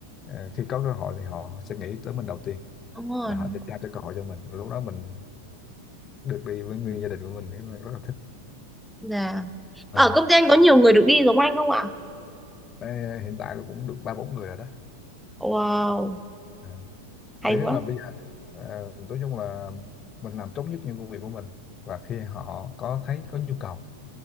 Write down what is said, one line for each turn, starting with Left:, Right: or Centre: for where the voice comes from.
Left: ờ, khi có cơ hội thì họ sẽ nghĩ tới mình đầu tiên
Centre: Đúng rồi,
Left: là họ
Centre: đúng
Left: sẽ
Centre: rồi.
Left: trao cho cơ hội cho mình lúc đó mình được đi với nguyên gia đình của mình thì mình rất là thích
Centre: Dạ. Ở
Left: à.
Centre: công ty anh có nhiều người được đi giống anh không ạ?
Left: Ê, hiện tại là cũng được ba bốn người rồi đó
Centre: Wow,
Left: À,
Centre: hay
Left: thế tức
Centre: quá.
Left: là bây giờ ờ, nói chung là mình làm tốt nhất những công việc của mình và khi họ có thấy có nhu cầu